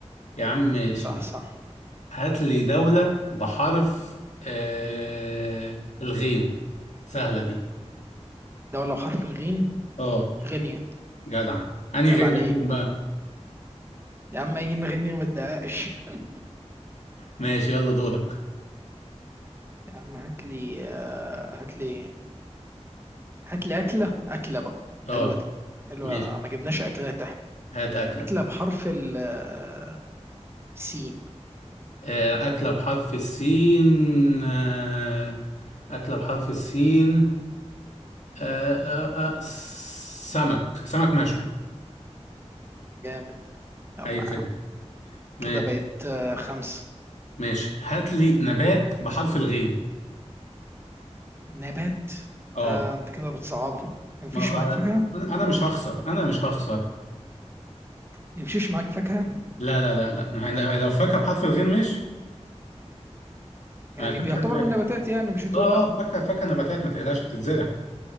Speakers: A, on the left; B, on the right.
A: يا عم ماشي
B: صح صح
A: هات لي دولة بحرف آه الغين سهلة دي
B: ده ولو حرف الغين
A: اه
B: غينيا
A: جدع انهي
B: عيب
A: غين
B: عليك
A: يا فندم بقى
B: يا عم يجي غينيا ما تدققش يا
A: ماشي يلا دورك
B: عم هات لي آه، هات لي هات لي اكله اكله بقى حلوه
A: اه
B: دي حلوه
A: ماشي
B: ما جبناش اكله تحت
A: هات أكلة
B: اكله بحرف ال آه، سين
A: آه، أكلة بحرف السين آه، أكلة بحرف السين آه، آه، آه، سمك سمك مشوي
B: جامد ده. يلا
A: أي خدمة
B: يا عم
A: ماشي
B: كده بقت آه، خمسه
A: ماشي هات لي نبات بحرف الغين
B: نبات
A: اه
B: آه انت كده بتصعبها مفيش
A: ما
B: معاك فاكهه
A: أنا أنا مش هخسر أنا مش هخسر
B: مفيش معاك فاكهه
A: لا لا لا لا ما هي- ما هي لو فاكهة بحرف الغين ماشي
B: يعني
A: ما هي فاكهة
B: بيعتبر
A: نبات
B: من النباتات يعني مش هتقول
A: اه
B: لا
A: اه فاكهة فاكهة نباتات ما تقلقش بتتزرع